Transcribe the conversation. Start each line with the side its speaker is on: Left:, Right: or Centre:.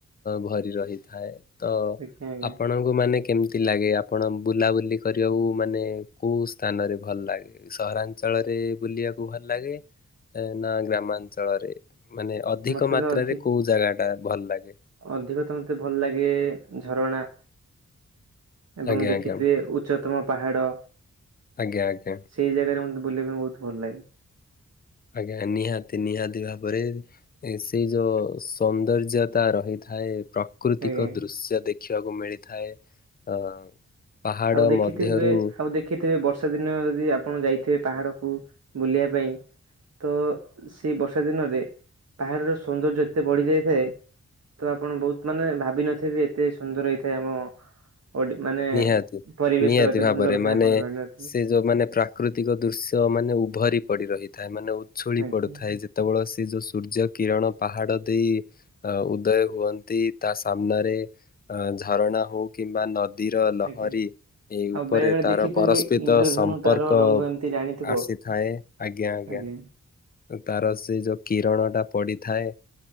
Left: ଭରି ରହିଥାଏ। ତ
Right: ଆଜ୍ଞା ଆଜ୍ଞା
Left: ଆପଣଙ୍କୁ ମାନେ କେମିତି ଲାଗେ? ଆପଣ ବୁଲାବୁଲି କରିବାକୁ ମାନେ କେଉଁ ସ୍ଥାନରେ ଭଲ ଲାଗେ ସହରାଞ୍ଚଳରେ ବୁଲିବା ଭଲ ଲାଗେ ନା ଗ୍ରାମାଞ୍ଚଳରେ ମାନେ ଅଧିକ
Right: ମତେ
Left: ମାତ୍ରାରେ
Right: ତ ଅଧି
Left: କୋଉ ଜାଗା ଟା ଭଲ ଲାଗେ?
Right: ଅଧିକ ତ ମତେ ଭଲ ଲାଗେ ଝରଣା ଏବଂ
Left: ଆଜ୍ଞା
Right: ଦେଖିଥିବେ
Left: ଆଜ୍ଞା
Right: ଉଚ୍ଚତମ ପାହାଡ
Left: ଆଜ୍ଞା ଆଜ୍ଞା
Right: ସେଇ ଜାଗାରେ ମତେ ବୁଲିବା ପାଇଁ ବୋହୁତ ଭଲ ଲାଗେ।
Left: ଆଜ୍ଞା ନିହାତି ନିହାତି ଭାବରେ ଏ ସେଇ ଯୋଉ ସୌନ୍ଦର୍ଯ୍ୟତା ରହିଥାଏ ପ୍ରାକୃତିକ
Right: ଆଜ୍ଞା
Left: ଦୃଶ୍ୟ ଦେ ଖିବାକୁ ମିଳିଥାଏ ଅ ପାହାଡ଼
Right: ଆଉ ଦେଖିଥିବେ
Left: ମଧ୍ୟରୁ
Right: ଆଉ ଦେଖିଥିବେ ବ ବର୍ଷା ଦିନ ଯଦି ଆପଣ ଯାଇଥିବେ ପାହାଡକୁ ବୁଲିବା ପାଇଁ ତ ସେଇ ବର୍ଷା ଦିନରେ ପାହାଡର ସୌନ୍ଦର୍ଯ୍ୟ ଏତେ ବଢି ଯାଇଥାଏ। ତ ଆପଣ ବୋହୁତ ମାନେ ଭାବିନଥିବେ ଏତେ ସୁନ୍ଦର ହେଇଥାଏ ଆମ ବଡି ମାନେ
Left: ନିହାତି ନିହାତି
Right: ପରିବେଶ ଏତେ
Left: ଭାବରେ
Right: ସୁନ୍ଦର ଥାଏ
Left: ମାନେ
Right: ଆପଣ ଜାଣିନଥିବେ
Left: ସେ ଯୋଉ ମାନେ ପ୍ରାକୃତିକ ଦୃଶ୍ୟ ମାନେ ଭରି ପଡି ରହିଥାଏ ମାନେ ଉଛୁଳି
Right: ଆଜ୍ଞା।
Left: ପଡୁଥାଏ ଯେତେବେଳେ ସେ ଯେଉଁ ସୂର୍ଯ୍ୟ କିରଣ ପାହାଡ ଦେଇ ଉଦୟ ହୁଅନ୍ତି ତା ସାମ୍ନାରେ ଝରଣା ହୋଉ କି କିମ୍ବା ନଦୀର ଲହରୀ।
Right: ଆଜ୍ଞା
Left: ଏଇ
Right: ଆଉ
Left: ଉପରେ
Right: ବେଳେ ବେଳେ
Left: ତାର
Right: ଦେଖିଥିବେ
Left: ପରସ୍ପିତ
Right: ଇନ୍ଦ୍ରଧନୁ
Left: ସମ୍ପର୍କ
Right: ତାର ରଙ୍ଗ ଏମିତି ରାଣିଥିବ
Left: ଆସିଥାଏ ଆଜ୍ଞା ଆଜ୍ଞା।
Right: ଆଜ୍ଞା
Left: ତାର ସେ ଯୋଉ କିରଣ ଟା ପଡିଥାଏ।